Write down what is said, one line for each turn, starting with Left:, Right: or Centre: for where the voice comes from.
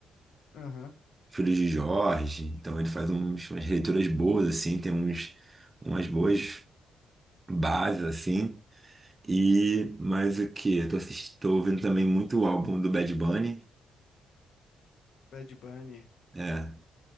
Left: Aham.
Right: Filhos de Jorge. Então ele faz uns, umas leituras boas, assim, tem uns, umas boas bases, assim. E mais o que? Eu tô, assist... tô ouvindo também muito o álbum do Bad Bunny,
Left: Bad Bunny.
Right: é,